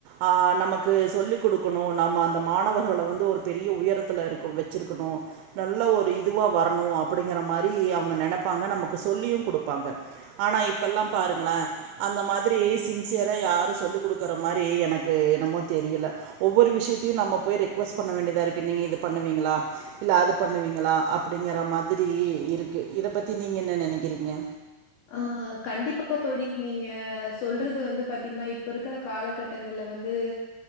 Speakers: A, on the right (about 85°); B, on the left (about 70°).
A: ஆ நமக்கு சொல்லிக் குடுக்கணு நம்ம அந்த மாணவர்கள வந்து ஒரு பெரிய உயரத்துல இருக்கு வெச்சிருக்கணு நல்ல ஒரு இதுவா வரணு அப்புடிங்கிற மாரி அவுங்க நெனைப்பாங்க நமக்கு சொல்லியு குடுப்பாங்க ஆனா இப்பல்லா பாருங்களே அந்த மாதிரி சின்சியரா யாரு சொல்லி் குடுக்குற மாதிரி எனக்கு க்கு என்னமோ தெரியல ஒவ்வொரு விஷயத்தையு நம்ம போய் ரெக்யூஸ்ட் பண்ண வேண்டியதா இருக்கு நீங்க இத பண்ணுவீங்களா இல்ல அது பண்ணுவீங்களா அப்படிங்கற மாதிரி இருக்கு இத பத்தி நீங்க என்ன நெனைக்கிறீங்க
B: ஆ கண்டிப்பா தோழி நீங்க சொல்றது வந்து பாத்தீங்கன்னா இப்ப இருக்கற காலகட்ட கட்டங்கள்ல வந்து